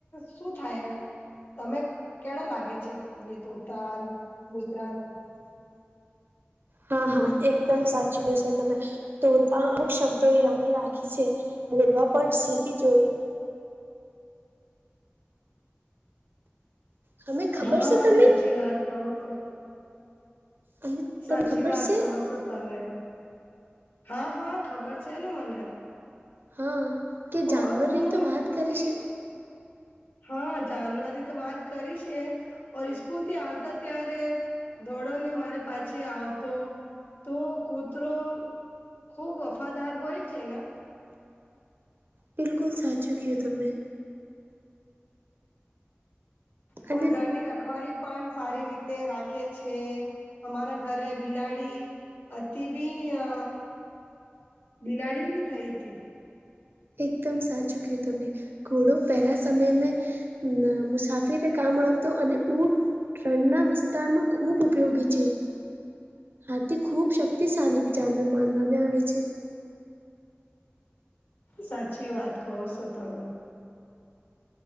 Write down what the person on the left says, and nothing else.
શું થાય એમ? તમે કેડા લાગે છે એ ધોતા ન મુસરા ન
હાં
સાચી વાત કવ તો
સાચી
વાત
કો સો તમે હાં હાં ખબર છે ને મને
ઓર
હું
સ્કૂલથી
હા જાનવરી તો વાત કરી સે ઓર ઈસ્કૂલ થી આવતા ત્યારે દોડો ને મારે પાછી આવતો તો કૂતરો ખુબ વફાદાર હોય છે ના
અમાર
ઘરની રખવાલી પન સારી રીતે રાખે છે અમારા ઘરે બિલાડી અતી બી અ બિલાડી બી થઈ તી
સાચી વાત કહો સો તમે